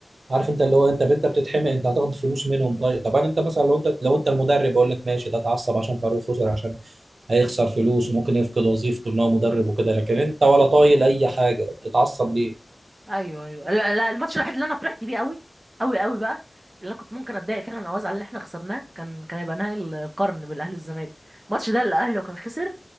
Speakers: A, on the right (about 75°); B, on the right (about 30°).
A: عارف انت اللي هو انت انت بتتحمق انت هتاخد فلوس منهم طيب طب انا انت مثلا لو انت لو انت المدرب اقول لك ماشي ده اتعصب عشان فريقه خسر عشان هيخسر فلوس وممكن يفقد وظيفته ان هو مدرب وكده لكن انت ولا طايل اي حاجه بتتعصب ليه؟
B: ايوه ايوه لا لا، الماتش الوحيد اللي انا فرحت بيه قوي قوي قوي بقى اللي انا كنت ممكن اتضايق فعلا او ازعل ان احنا خسرناه كان كان هيبقى نهائي ال- القرن بالاهلي والزمالك الماتش ده الاهلي لو كان خسر